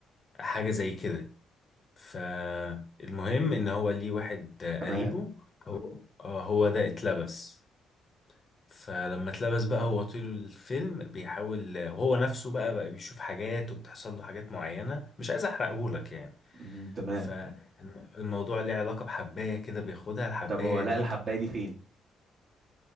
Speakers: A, on the left; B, on the right.
A: حاجة زي كده فالمهم ان هو ليه واحد آه،
B: تمام
A: قريبه هو آه، هو ده اتلبس فلما اتلبس بقى هو طول الفيلم بيحاول وهو نفسه بقى بقى بيشوف حاجات وبتحصل له حاجات معينة مش عايز احرقهولك يعني
B: مم، تمام
A: فالموضوع ليه علاقة بحباية كده بياخدها الحباية
B: طب هو لقى
A: دي
B: الحبايه دي فين